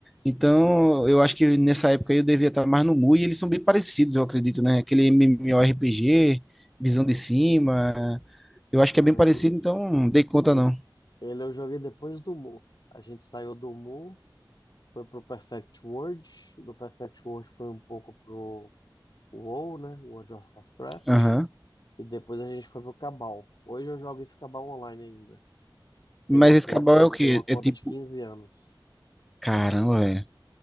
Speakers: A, in the centre; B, on the left.
A: Então, eu acho que nessa época eu devia estar mais no mu e eles são bem parecidos, eu acredito, né? Aquele MMORPG, visão de cima. Eu acho
B: Não,
A: que é bem parecido,
B: ele,
A: então não dei conta
B: ele,
A: não.
B: ele eu joguei depois do Mu. A gente saiu do Mu. foi pro Perfect World, do Perfect World foi um pouco pro WoW, né? World of Warcraft.
A: Aham.
B: E depois a gente foi pro Cabal. Hoje eu jogo esse Cabal online ainda.
A: Mas
B: Tem uma
A: esse
B: conta,
A: Cabal é o quê?
B: tem uma conta
A: É tipo,
B: de 15 anos.
A: caramba, velho.